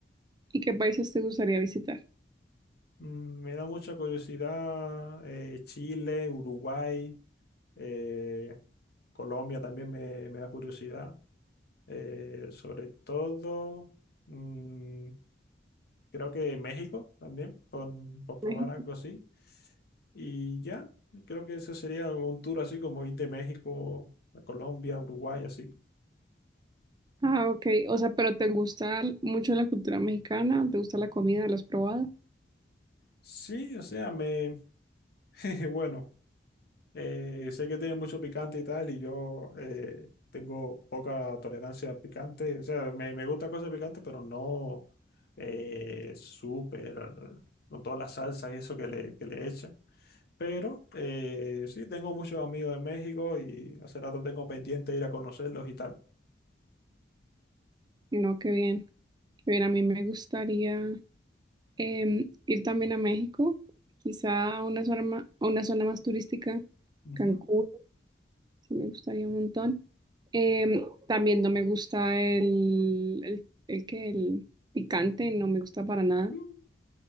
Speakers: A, on the right; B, on the left.
A: ¿Y qué países te gustaría visitar?
B: Mm, me da mucha curiosidad eh, Chile, Uruguay, eh, Colombia también me, me da curiosidad, eh, sobre todo... mm, creo que México también, por, por probar
A: México.
B: algo así. Y ya, creo que ese sería un tour así como ir de México a Colombia, Uruguay, así.
A: Ah, ok. O sea, pero ¿te gusta l- mucho la cultura mexicana? ¿Te gusta la comida? ¿La has probado?
B: Sí, o sea, me, <laughs> bueno, eh, sé que tiene mucho picante y tal, y yo eh, tengo poca tolerancia a picante, o sea, me, me gusta cosas picantes, pero no eh, súper, con todas las salsas y eso que le, que le echan. Pero eh, sí, tengo muchos amigos de México y hace rato tengo pendiente ir a conocerlos y tal.
A: No, qué bien. Qué bien, a mí me gustaría. em, ir también a México, quizá a una zona más, a una zona más turística,
B: Ujú.
A: Cancún, sí me gustaría un montón. Em, también no me gusta el, el, el que el picante, no me gusta para nada,
B: Mm.